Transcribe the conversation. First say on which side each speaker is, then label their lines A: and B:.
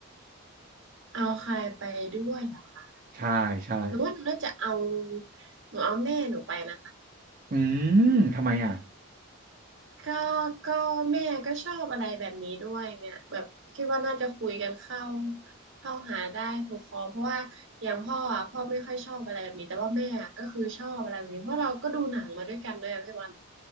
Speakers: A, on the right; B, on the right.
A: เอาใครไปด้วยเหรอคะ
B: ใช่ใช่
A: หนูว่าหนูน่าจะเอาหนูเอาแม่หนูไปนะคะ
B: อืมทำไมอ่ะ
A: ก็ก็แม่ก็ชอบอะไรแบบนี้ด้วยเงี้ยแบบคิดว่าน่าจะคุยกันเข้าเข้าหาได้ถูกคอเพราะว่าอย่างพ่ออ่ะพ่อไม่ค่อยชอบอะไรแบบนี้แต่ว่าแม่อะก็คือชอบอะไรแบบนี้เพราะเราก็ดูหนังมาด้วยกันด้วยอะพี่บอล